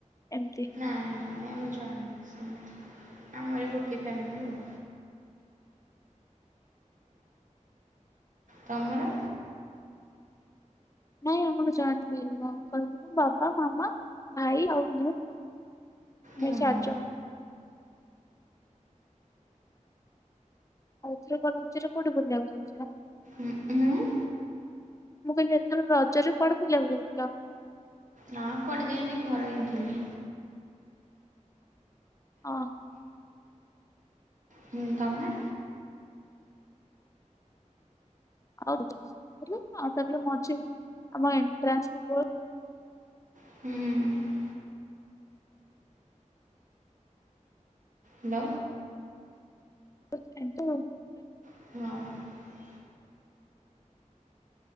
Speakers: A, on the left; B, on the right.
A: ଏମିତି।
B: ନାଇଁ ନାଇଁ ଆମେ ଜଏଣ୍ଟ ନୁହଁ ସେମିତି ଆମର ଗୋଟେ ଫାମାଲି ଆଉ। ତମର?
A: ନାଇଁ ଆମର ଜଏଣ୍ଟଲି ମୋ ଅଙ୍କଲ ମୁଁ ବାବା ମାମା ଭାଇ ଆଉ ମୁଁ। ଆମେ
B: ଉଁ
A: ଚାରିଜଣ।
B: ହ।
A: ଆଉ ଏଥରକ ରଜରେ କୋଉଠି ବୁଲିବାକୁ ଯାଇଥିଲ?
B: ଉଁ ହୁଁ?
A: ମୁଁ କହିଲି ଏଥର ରଜରେ କୁଆଡ଼େ ବୁଲିବାକୁ ଯାଇଥିଲ?
B: ନାଁ କୁଆଡ଼େ ଯାଇନେଇ ଘରେ ହିଁ ଥିଲି।
A: ଅହ।
B: ହୁଁ ତମେ?
A: ଆଉ <inaudible> ଆଉ ତାପରେ ମଝିରେ ଆମ ଏଣ୍ଟ୍ରାନ୍ସରେ <unintelligible>
B: ହୁଁ। ଲ
A: ଏଁ ତୁ
B: ହଁ।